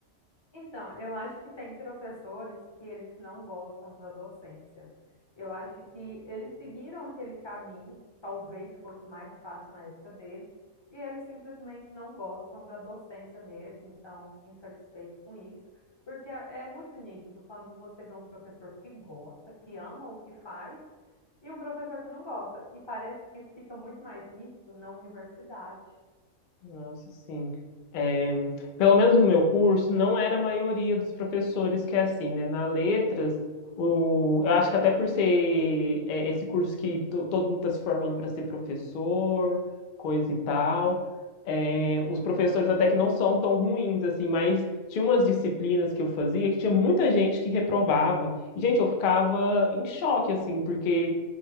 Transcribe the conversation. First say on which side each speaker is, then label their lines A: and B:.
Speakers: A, on the left; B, on the left.
A: Então, eu acho que tem professores que eles não gostam da docência. Eu acho que eles seguiram aquele caminho, talvez fosse mais fácil na época deles, e eles simplesmente não gostam da docência mesmo, estão insatisfeitos com isso, porque é é muito nítido quando você vê um professor que gosta, que ama o que faz, e um professor que não gosta. E parece que isso fica muito mais nítido na universidade.
B: Nossa, sim. É, pelo menos no meu curso, não era a maioria dos professores que é assim, né? Na letras, o, eu acho que até por ser é, esse curso que to- todo mundo está se formando para ser professor, coisa e tal, é, os professores até que não são tão ruins, assim, mas tinha umas disciplinas que eu fazia que tinha muita gente que reprovava. E, gente, eu ficava em choque, assim, porque